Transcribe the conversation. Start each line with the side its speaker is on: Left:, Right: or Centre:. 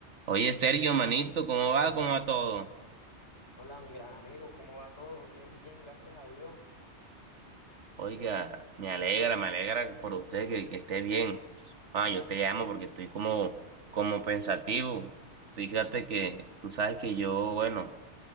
Right: Oye, Sergio, manito, ¿cómo va? ¿Cómo va todo?
Left: Hola, mi gran amigo, ¿cómo va todo? Bien, bien, gracias a Dios.
Right: Oiga, me alegra, me alegra por usted que, que esté bien. Ah, yo te llamo porque estoy como, como pensativo. Fíjate que tú sabes que yo, bueno,